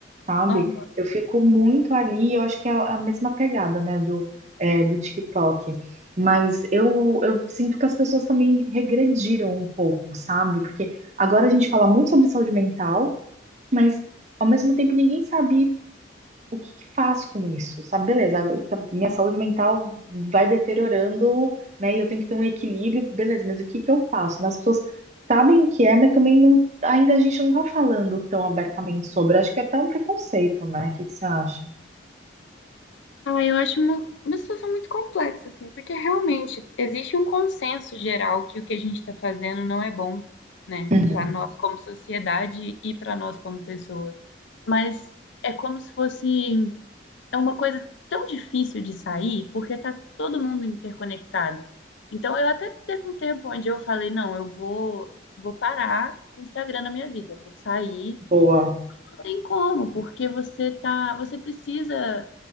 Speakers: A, on the right; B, on the left.
A: sabe?
B: Aham.
A: Eu fico muito ali, eu acho que é a mesma pegada, né, do, é, do TikTok. Mas eu, eu sinto que as pessoas também regrediram um pouco, sabe? Porque agora a gente fala muito sobre saúde mental, mas ao mesmo tempo ninguém sabe o que que faz com isso? Sabe, beleza, tá- minha saúde mental vai deteriorando, né? E eu tenho que ter um equilíbrio, beleza, mas o que que eu faço? né? As pessoas sabem o que é, mas também não, ainda a gente não tá falando tão abertamente sobre. Acho que é até um preconceito, né? O que que você acha?
B: Ah, eu acho uma, uma situação muito complexa, assim, porque realmente existe um consenso geral que o que a gente está fazendo não é bom, né,
A: Uhum.
B: para nós como sociedade e para nós como pessoa. Mas é como se fosse, é uma coisa tão difícil de sair, porque tá todo mundo interconectado. Então, eu até teve um tempo onde eu falei, não, eu vou, vou parar com o Instagram na minha vida, vou sair
A: Boa.
B: Não tem como, porque você tá, você precisa